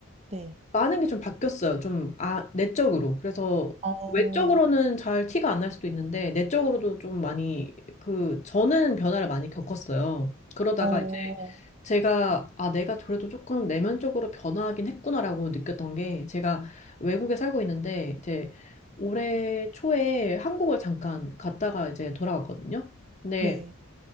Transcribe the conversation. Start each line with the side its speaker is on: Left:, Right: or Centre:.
Right: 네.
Left: 많은 게 좀 바뀌었어요. 좀, 아, 내적으로. 그래서
Right: 어,
Left: 외적으로는 잘 티가 안 날 수도 있는데, 내적으로도 좀 많이, 그, 저는 변화를 많이 겪었어요. 그러다가
Right: 어,
Left: 이제 제가, 아, 내가 그래도 조금 내면적으로 변화하긴 했구나라고 느꼈던 게, 제가 외국에 살고 있는데, 이제 올해 초에 한국을 잠깐 갔다가 이제 돌아왔거든요. 근데
Right: 네.